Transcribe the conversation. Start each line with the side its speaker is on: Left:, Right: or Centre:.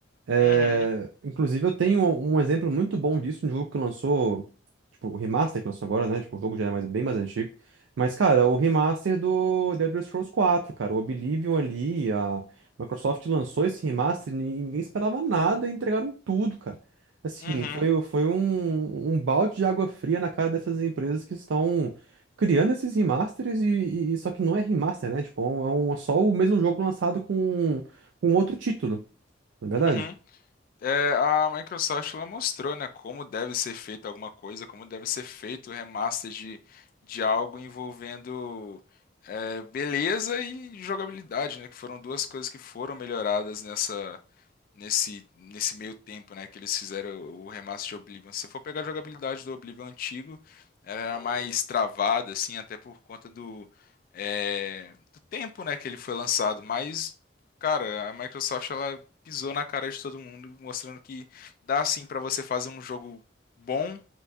Right: É,
Left: Uhum,
Right: inclusive, eu tenho um um exemplo muito bom disso, um jogo que lançou, tipo, o remaster que lançou agora, né? Tipo, o jogo já é mais- bem mais antigo. Mas, cara, o remaster do The Elder Scrolls 4, cara, o Oblivion ali, a Microsoft lançou esse remaster e ninguém esperava nada e entregaram tudo, cara. Assim,
Left: uhum,
Right: foi, foi um, um balde de água fria na cara dessas empresas que estão criando esses remasters e, e- e- só que não é remaster, né? Tipo, é, um, é um- é só o mesmo jogo lançado com, com outro título, não é verdade?
Left: uhum. É, a Microsoft ela mostrou, né, como deve ser feita alguma coisa, como deve ser feito o remaster de, de algo envolvendo é, beleza e jogabilidade, né, que foram duas coisas que foram melhoradas nessa nesse, nesse meio tempo, né, que eles fizeram o remaster de Oblivion. Se você for pegar a jogabilidade do Oblivion antigo, era mais travada, assim, até por conta do, é, do tempo, né, que ele foi lançado. Mas, cara, a Microsoft, ela pisou na cara de todo mundo, mostrando que dá, assim, para você fazer um jogo bom